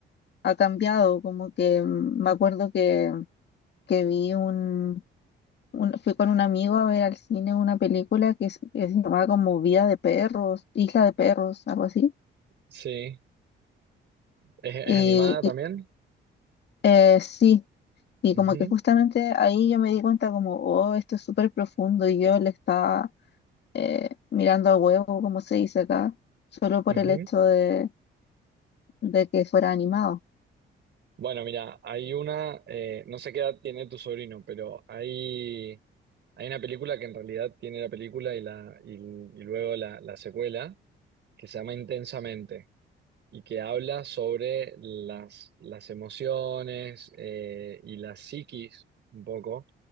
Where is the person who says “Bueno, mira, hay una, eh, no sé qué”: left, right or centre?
Right